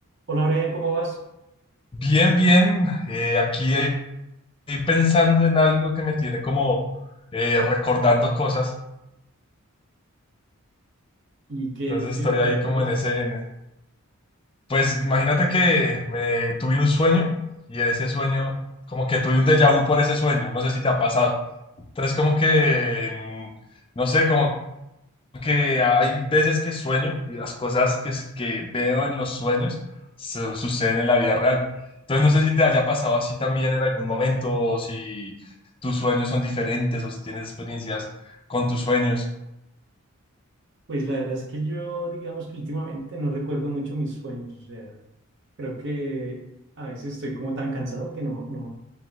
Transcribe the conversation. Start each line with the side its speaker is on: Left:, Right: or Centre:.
Right: Hola, Brian, ¿cómo vas?
Left: Bien, bien. eh, aquí eh, estoy pensando en algo que me tiene como eh, recordando cosas.
Right: ¿Y qué
Left: Entonces
Right: te tienes
Left: estoy
Right: recordando
Left: ahí como
Right: cosas?
Left: en ese... en- pues imagínate que me tuve un sueño y ese sueño, como que tuve un déjà vu por ese sueño. No sé si te ha pasado. Entonces como que, mm, no sé, como que hay veces que sueño y las cosas que, s- que veo en los sueños su- suceden en la vida real. Entonces no sé si te haya pasado así también en algún momento, o si tus sueños son diferentes, o si tienes experiencias con tus sueños.
Right: Pues la verdad es que yo, digamos que últimamente no recuerdo mucho mis sueños. O sea, creo que a veces estoy como tan cansado que no, no,